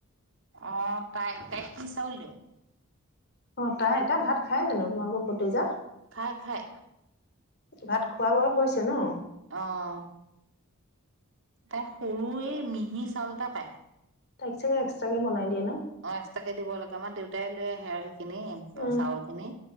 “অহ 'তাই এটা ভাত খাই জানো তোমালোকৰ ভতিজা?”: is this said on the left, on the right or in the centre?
Left